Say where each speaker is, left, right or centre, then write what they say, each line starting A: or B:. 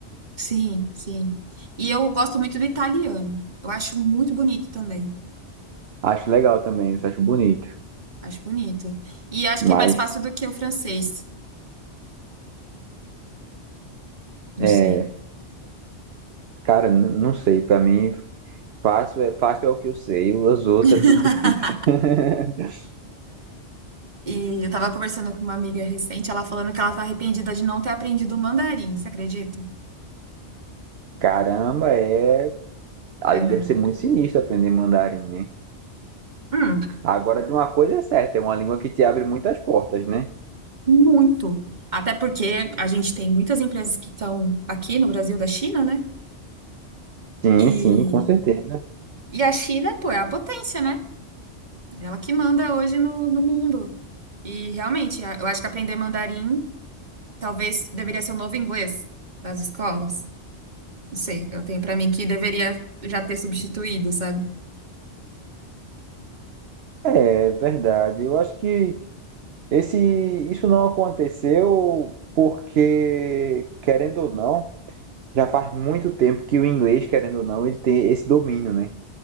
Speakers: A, on the right; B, on the right.
A: Sim, sim. E eu gosto muito do italiano. Eu acho muito bonito também.
B: Acho legal também, acho bonito.
A: Acho bonito. E acho
B: Mas,
A: que é mais fácil do que o francês. Não
B: é,
A: sei.
B: cara, n- não sei, pra mim fácil é fácil é o que eu sei, os outros
A: <laughs>
B: é tudo difícil. <laughs>
A: E eu tava conversando com uma amiga recente, ela falando que ela tá arrependida de não ter aprendido o mandarim, você acredita?
B: Caramba, é, ali
A: É.
B: deve ser muito sinistro aprender mandarim, né?
A: Hum,
B: Agora, de uma coisa é certa, é uma língua que te abre muitas portas, né?
A: muito. Até porque a gente tem muitas empresas que estão aqui no Brasil da China, né?
B: Sim,
A: E,
B: sim, com certeza.
A: e a China, pô, é a potência, né? É Ela que manda hoje no, no mundo. E realmente, a- eu acho que aprender mandarim talvez deveria ser o novo inglês das escolas. Não sei, eu tenho pra mim que deveria já ter substituído, sabe?
B: É verdade. Eu acho que esse, isso não aconteceu porque, querendo ou não, já faz muito tempo que o inglês, querendo ou não, ele tem esse domínio, né?